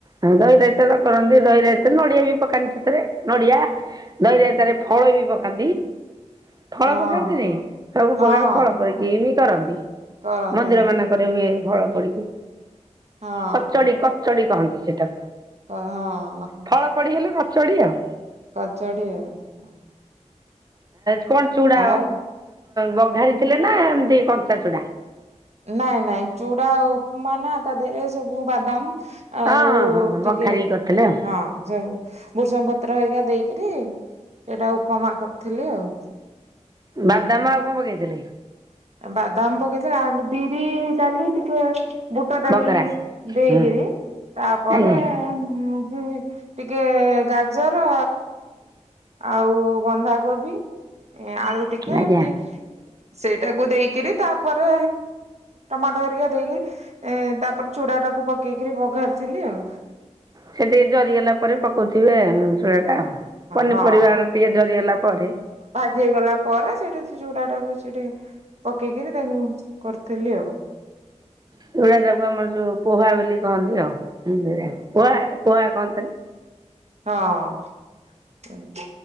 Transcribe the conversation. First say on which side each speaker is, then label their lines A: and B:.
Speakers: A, on the right (about 30°); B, on the right (about 60°).
A: ହଉ ଦହି ରତ ତ କରନ୍ତି ଦହି ରାଇତି ନଡିଆ ବି ପକନ୍ତି ସେଥିରେ ନଡିଆ ଦହି ରାଇତାରେ ଫଳ ବି ପକାନ୍ତି। ଫଳ
B: ହଁ
A: ପକାନ୍ତିନି ସବୁ
B: ହଁ
A: ପ୍ରକାର ଫଳ ପକକି ବି କରନ୍ତି।
B: କରନ୍ତି
A: ମନ୍ଦିର
B: ହଁ।
A: ମାନଙ୍କରେ ହୁଏ ଫଳ ପଡିକି।
B: ହଁ
A: କଚଡି କଚଡି କହନ୍ତି ସେଟାକୁ।
B: ହଁ
A: ଫଳ ପଡିଗଲେ କଚଡି ଆଉ।
B: କଚଡି ଆ
A: କଣ ଚୁଡା
B: ଆଉ
A: ବଘାରି ଥିଲେ ନା ଏମିତି କଞ୍ଚା ଚୁଡା।
B: ନାଇଁ ନାଇଁ ଚୁଡା ଉପମା ନା ତା ଦେହରେ ସବୁ ବାଦାମ ଆଉ
A: ହଁ ହଁ ହଁ
B: ଟିକେ
A: ବଘାରି କରିଥିଲେ ଆଉ
B: ହଁ ସେଉ ବୃଷଙ୍ଗ ପତ୍ର ହେଇକା ଦେଇକରି ସେଇଟା ଉପମା କରିଥିଲି ଆଉ।
A: ବାଦାମ ଆଉ କଣ ପକେଇଥିଲେ।
B: ବାଦାମ ପକେଇଲେ ବିରି ଡାଲି ଟିକେ। ବୁଟ ଡାଲି
A: ବଘରା।
B: ଦେଇକିରି
A: ହଁ
B: ତାପରେ
A: ଆଜ୍ଞା
B: ଯ ଟିକେ ଗାଜର ଆଉ ବନ୍ଧାକୋବି। ଏ ଆଳୁ ଟିକେ
A: ଆଜ୍ଞା।
B: ଏମତି ସେ ତାକୁ ଦେଇକରି ତାପରେ ଟମାଟୋ ହାରିକା ଦେଇକରି ଏ ତାପରେ ଚୁରା ଟାକୁ ପକେଇକିରି ବଘାରିଥିଲି ଆଉ।
A: ସେ ଟିକେ ଜରି ହେଲା ପରେ ପକଉଥିବେ ଚୂଡ଼ାଟା ପନିପରିବା
B: ହଁ
A: ଆଡ ଟିକେ ଜରି ହେଲା ପରେ
B: ହେଇ ଗଲା ପରେ ସେଠି ସେ ଯୋଉଟା ଟାକୁ ସେଠି ପକେଇକିରି ତାକୁ କରିଥିଲି ଆଉ।
A: ଏଇଗଡା <unintelligible> ତାକୁ ଆମର ଯୋଉ ପୋହା ବୋଲି କହନ୍ତି ଆଉ ପୋହା ପୋହା କହନ୍ତିନ।
B: ହଁ ହଁ